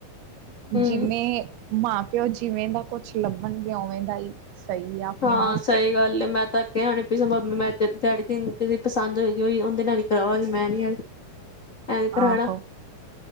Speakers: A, on the right (about 90°); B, on the left (about 65°).
A: ਜਿਵੇਂ
B: ਹੂੰ
A: ਮਾਂ ਪਿਓ ਜਿਵੇਂ ਦਾ ਕੁਛ ਲੱਭਣਗੇ, ਉਵੇਂ ਦਾ ਹੀ ਸਹੀ ਆ ਆਪਣੇ
B: ਹਾਂ
A: ਵਾਸਤੇ।
B: ਸਹੀ ਗੱਲ ਮੈਂ ਤਾਂ ਅੱਗੇ ਆਣੇ ਮੈਂ ਦਿਹਾੜੀ ਦਿਨ ਦੀ ਪਸੰਦ ਹੋੋਏਗੀ ਉਹਦੇ ਨਾਲ ਹੀ ਕਰਾਵਾਂਗੀ ਮੈਂ ਨੀ ਐ। ਐਂਵੇਂ ਕਰਾਣਾ।
A: ਆਹੋ